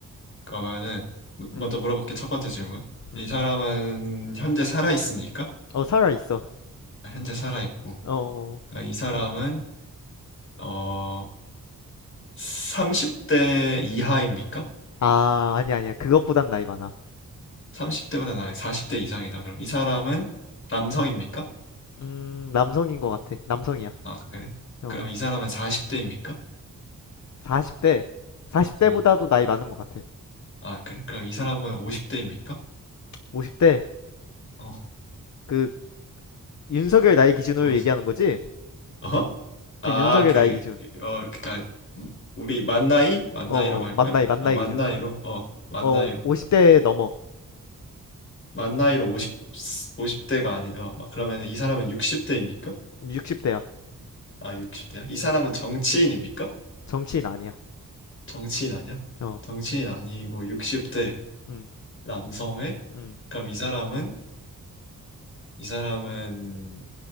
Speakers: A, on the left (about 40°); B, on the left (about 60°).
A: 그러면은 무- 먼저
B: 음,
A: 물어볼게. 첫 번째 질문.
B: 음.
A: 이 사람은 현재 살아 있습니까?
B: 어, 살아 있어.
A: 아, 현재 살아 있고.
B: 어, 어.
A: 그러니까 이 사람은 어 30대 이하입니까?
B: 아, 아니야, 아니야. 그것보단 나이 많아.
A: 30대보다 나이 40대 이상이다. 그럼 이 사람은 남성입니까?
B: 음, 남성인 것 같아. 남성이야.
A: 아, 그래.
B: 어,
A: 그럼 이 사람은 40대입니까?
B: 40대. 40대보다도
A: 음.
B: 나이 많은 것 같아.
A: 아, 그래? 그럼 이 사람은
B: 어,
A: 50대입니까?
B: 50대.
A: 어,
B: 그 윤석열 나이 기준으로
A: 어,
B: 얘기하는 거지?
A: 어 아,
B: 그 윤석열
A: 그,
B: 나이 기준.
A: 어, 그니까, 우리 만나이? 만나이라고
B: 어,
A: 할
B: 어, 만
A: 거야?
B: 나이, 만
A: 아,
B: 나이
A: 만나이로?
B: 기준.
A: 어, 만나이로.
B: 어, 50대 넘어.
A: 만나이로 50, 오십 대가 아니라, 마- 그러면
B: 음.
A: 이 사람은 60대입니까?
B: 60대야.
A: 아, 60대야? 이 사람은 정치인입니까?
B: 정치인 아니야.
A: 정치인 아니야?
B: 어,
A: 정치인 아니고 60대
B: 음,
A: 남성의?
B: 음.
A: 그럼 이 사람은, 이 사람은,